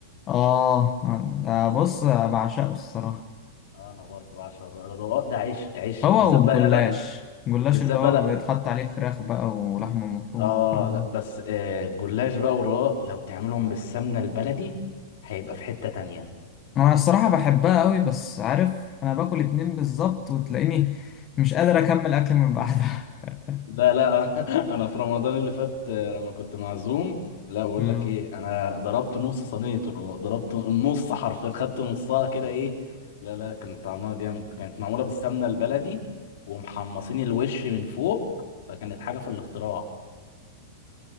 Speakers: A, on the left; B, on the left.
A: اه ده بص بعشقه الصراحه
B: آه، انا برضه بعشق الرقاق الرقاق ده عيش عيش
A: هو
B: بالذات
A: والجلاش
B: بقى لا
A: الجلاش
B: بالذات
A: اللي
B: بقى
A: هو
B: لا
A: بيتحط عليه فراخ بقى ولحمه مفرومه
B: اه
A: وحاجات دي
B: لا بس آه الجلاش بقى والرقاق لو تعملهم بالسمنه البلدي هيبقى في حته تانية
A: انا الصراحه بحبها قوي بس عارف انا باكل اتنين بالظبط وتلاقيني مش قادر اكمل اكل من بعدها <laughs>
B: لا لا <laughs> انا أنا في رمضان اللي فات آه، لما كنت معزوم لا بقول
A: آه،
B: لك ايه انا ضربت نص صينيه الرق ضربت النص حرفيا خدت نصها كده ايه لا لا كان طعمها جامد كانت معموله بالسمنه البلدي ومحمصين الوش من فوق فكانت حاجه في الاختراع